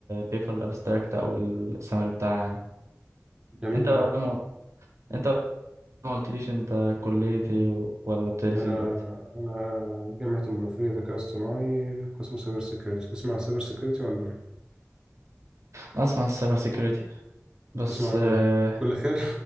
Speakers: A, on the right; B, on the right.
A: بيبر الابستراكت او السمري بتاعها يعني
B: جميل
A: انت
B: أوي
A: بقى مو- انت ما قلتليش انت كلية ايه و- ولا بتدرسي
B: أنا
A: دلوقتي
B: أنا جامعة المنوفية ذكاء اصطناعي قسم سايبر سيكيورتي تسمع عن سايبر سيكيورتي ولا
A: اسمع السايبر سيكيورتي بس
B: تسمع عنه
A: آه،
B: إيه؟ كل خير